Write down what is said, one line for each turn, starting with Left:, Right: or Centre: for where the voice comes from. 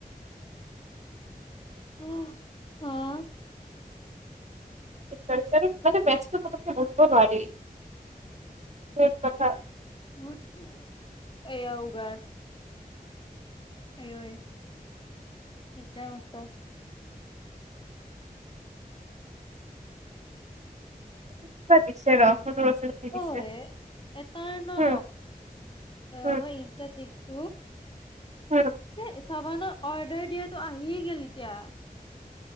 Left: উম হ <unintelligible>
Right: <unintelligible> মানে মেথ্ছটো পতককে বুজব নোৱাৰি। স <unintelligible> হয় <unintelligible>
Left: <unintelligible> ক উ গা অঐ, একদম মস্ত
Right: কিবা দিছে ৰ সৰু ল'ৰা ছোৱালী দিছে
Left: অ এটাৰ ন?
Right: হম
Left: অ
Right: হম
Left: মই ইনষ্টাত দেখছো
Right: হম
Left: যে চাবান অৰ্ডাৰ দিয়াতটো আহিয়ে গ'ল এতিয়া।